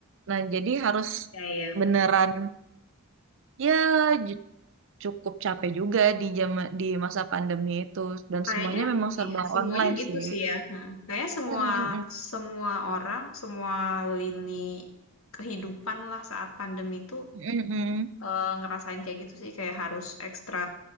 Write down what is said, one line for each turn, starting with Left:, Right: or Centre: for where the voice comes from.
Right: Nah, jadi harus
Left: Ya, ya.
Right: beneran ya ju- cukup capek juga di jam di masa pandemi itu dan
Left: Kayaknya
Right: semuanya memang serba
Left: i- semuanya
Right: online
Left: gitu
Right: sih.
Left: sih ya. Nah, Kayaknya semua
Right: Mm-mm-mm.
Left: semua orang, semua lini kehidupan lah saat pandemi itu
Right: Mm-mm.
Left: eh, ngerasain kayak gitu sih. Kayak harus ekstra